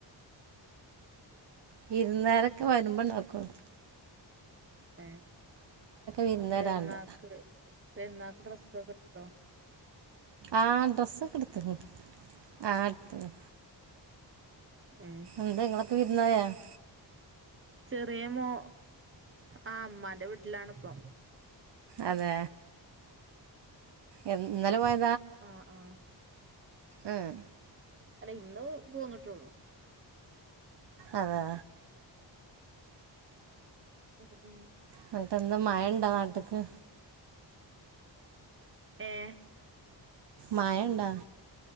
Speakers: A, on the right; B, on the right.
A: വിര്ന്നാരക്കെ വര്മ്പ ണ്ടാക്കൊള്ളു
B: ഏ
A: വിരുന്നുകാരാണ്ട്
B: പെര്ന്നാക്ക് പെര്ന്നാക്ക് ഡ്രസൊക്കെട്ത്തൊ
A: ആ ഡ്രസ് ഒക്കെ ഇട്ത്ണ് ആഹ്
B: ഉം
A: എന്താ നിങ്ങള് <unintelligible>
B: ചെറിയ മോ ആ അമ്മാൻ്റെ വീട്ടിലാണ് ഇപ്പൊ
A: അതേ ഇന്നലെ പോയ
B: ആ ആ
A: ഉം
B: അല്ല ഇന്ന് പോന്നിട്ടുള്ളൂ.
A: അതേ
B: <unintelligible>
A: അന്നിട്ടെന്താ മഴ ഇണ്ടാ നാട്ടിക്ക്
B: ഏഹ്
A: മഴെണ്ട